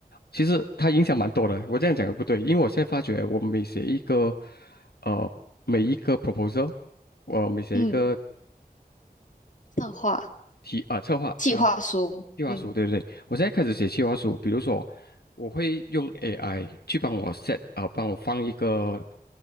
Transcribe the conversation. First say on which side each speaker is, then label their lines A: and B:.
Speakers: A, on the left; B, on the left.
A: 其实它影响蛮多的。我这样讲也不对，因为我现在发觉，我每写一个，呃，每一个 proposal。我每写一个
B: 嗯，策划、
A: 提啊，策划策划
B: 计划书，
A: 计划书，
B: 嗯，
A: 对对对，我现在开始写计划书，比如说我会用 AI 去帮我 set 啊、帮我放一个